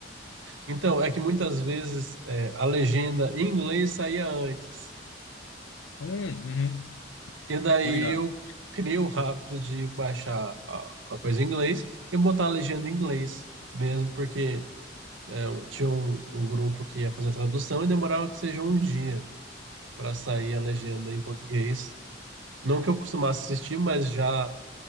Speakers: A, on the right; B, on the left.
A: Então, é que muitas vezes é, a legenda em inglês saía antes.
B: Hum, uhum.
A: E daí
B: Tô ligado.
A: eu criei o hábito de baixar a, a coisa em inglês e botar a legenda em inglês mesmo, porque É, eu tinha um, um grupo que ia fazer a tradução e demorava que seja um dia para sair a legenda em português. Não que eu costumasse assistir, mas já